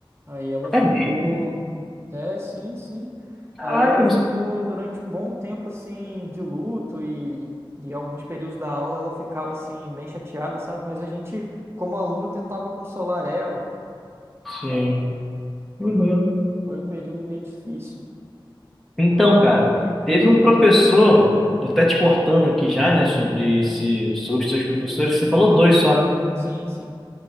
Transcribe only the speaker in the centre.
é mesmo?
Caraca,
eu
não sei.
Sim.
Uhum.
Então, cara, teve um professor, até te cortando aqui já, né, sobre esse, os seus professores, você falou dois só, né?